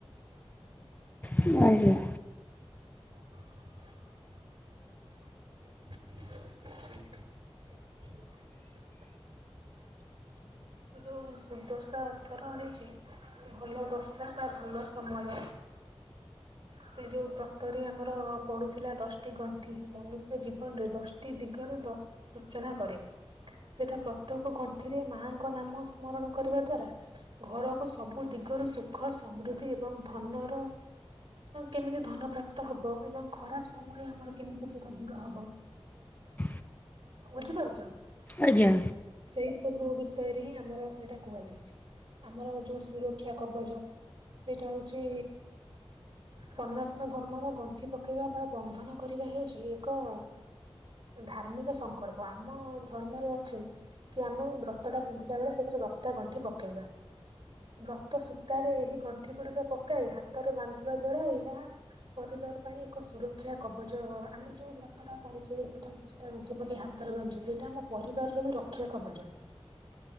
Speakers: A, on the left (about 15°); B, on the right (about 55°).
A: ଆଜ୍ଞା।
B: <unintelligible> <unintelligible> ଯୋଉ ସୁଦର୍ଶା ଅର୍ଥ ର ହେଇଛି ଭଲ ଦଶା ବା ଭଲ ସମୟ। ସେ ଯୋଉ ବ୍ରତରେ ଆମର ପଡୁଥିଲା ଦଶଟି ଗଣ୍ଠି, ମନୁଷ୍ୟ ଜୀବନରେ ଦଶଟି ଦିଗରେ ଦଶ ଅର୍ଚନା କରେ। ସେଟା ପ୍ରତ୍ୟେକ ଗଣ୍ଠିରେ ମାଙ୍କ ନାମ ସ୍ମରଣ କରିବା ଦ୍ଵାରା ଘରକୁ ସବୁ ଦିଗରୁ ସୁଖ ସମୃଦ୍ଧି ଏବଂ ଧନର କେମିତି ଧନ ପ୍ରାପ୍ତ ହବ ଏବଂ ଖରାପ ସମୟ ଆମର କେମିତି ସେଇଟା ଦୂର ହବ।
A: <unintelligible>
B: ବୁଝିପାରୁଚ।
A: ଆଜ୍ଞା!
B: ସେଇ ସବୁ ବିଷୟରେ ହିଁ ଆମର ସେଇଟା କୁହାଯାଇଚି। ଆମର ଯୋଉ ସୁରକ୍ଷା କବଚ ସେଇଟା ହଉଚି। ସନାତନ ଧର୍ମର ଗଣ୍ଠି ପକେଇବା ବା ବନ୍ଧନ କରିବା ହେଉଛି ଏକ ଧାର୍ମିକ ସଂକଳ୍ପ ଆମ ଧର୍ମରେ ଅଛି କି ଆମେ ବ୍ରତ ଟା ପିନ୍ଧିଲା ବେଳେ ସେଥିରେ ଦଶଟା ଗଣ୍ଠି ପକେଇବା। ବ୍ରତ ସୂତାରେ ଏହି ଗଣ୍ଠି ଗୁଡିକ ପକାଇ ହାତରେ ବାନ୍ଧିବା ଦ୍ଵାରା ଏହା ପରିବାର ପାଇଁ ଏକ ସୁରକ୍ଷା କବଚ ଆମେ ଯୋଉ ବ୍ରତଟା କରୁଚେ ସେଟା <unintelligible> ଟା <unintelligible> ତ ରେ ବାନ୍ଧିଚେ ସେଇଟା ଆମ ପରିବାରର ବି ରକ୍ଷା କବଚ।